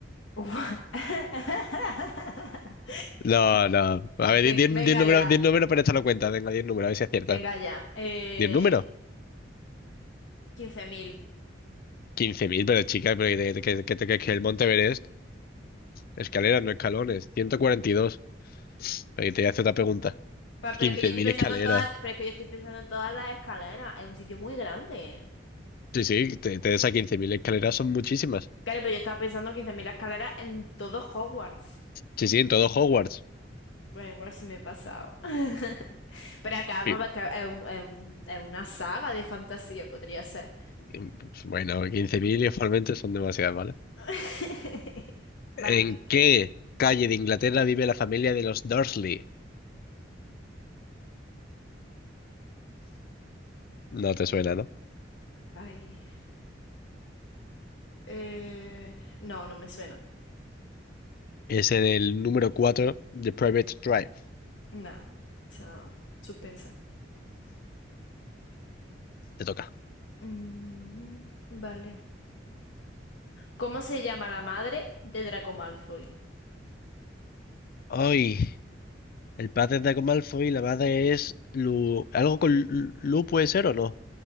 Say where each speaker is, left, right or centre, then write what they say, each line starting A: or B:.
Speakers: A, on the left; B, on the left.
A: Guau. <laughs>
B: No, no. A ver,
A: Ven-
B: di- di-
A: venga
B: diez números,
A: ya.
B: diez números para echarlo cuenta. Venga, diez números, a ver si aciertas.
A: Venga ya. Eh,
B: Di el número.
A: 15.000.
B: quince mil, pero chica, pero que, te- que, que, te- que- que el Monte Everest, escaleras, no escalones. 142. Pero que te voy a hacer otra pregunta.
A: Pa-
B: Quince
A: Pero es que yo estoy
B: mil
A: pensando
B: escaleras.
A: en todas, pero es que yo estoy pensando en todas las escaleras. Es un sitio muy grande.
B: Sí, sí, te, te esas 15.000 escaleras son muchísimas.
A: Claro, pero yo estaba pensando 15.000 escaleras en todo Hogwarts.
B: Sí, sí, en todo Hogwarts.
A: Bueno, igual sí me he pasado. <laughs> Pero acá vamos
B: Y-
A: a ca- es un- es un- es una saga de fantasía, podría ser.
B: y, pues, Bueno, 15.000 igualmente son demasiadas, ¿vale?
A: <laughs> Vale.
B: ¿En qué calle de Inglaterra vive la familia de los Dursley? No te suena, ¿no?
A: Ay. Eh, no, no me suena.
B: Es en el número 4 de Private Drive.
A: No. O sea, suspensa.
B: Te toca.
A: Mm, vale. ¿Cómo se llama la madre de Draco Malfoy?
B: Ay. El padre es Draco Malfoy y la madre es Lu. ¿Algo con Lu Lu puede ser o no?